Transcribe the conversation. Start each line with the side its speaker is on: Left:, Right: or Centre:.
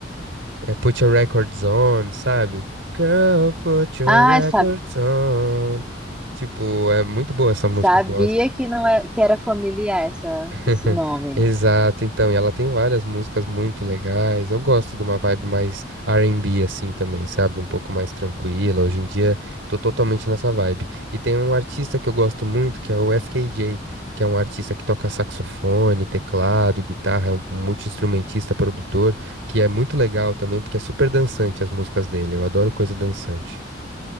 Right: é Put Your Records On, sabe? Girl, put your
Centre: Ah,
Right: records
Centre: essa
Right: on. Tipo, é muito boa essa música,
Centre: Sabia
Right: eu gosto.
Centre: que não é, que era familiar essa,
Right: <laughs>
Centre: esse nome.
Right: Exato, então, e ela tem várias músicas muito legais. Eu gosto de uma vibe mais R&B assim também, sabe? Um pouco mais tranquila. Hoje em dia tô totalmente nessa vibe. E tem um artista que eu gosto muito, que é o FKJ, que é um artista que toca saxofone, teclado, guitarra, é um multi-instrumentista, produtor, que é muito legal também, porque é super dançante as músicas dele. Eu adoro coisa dançante.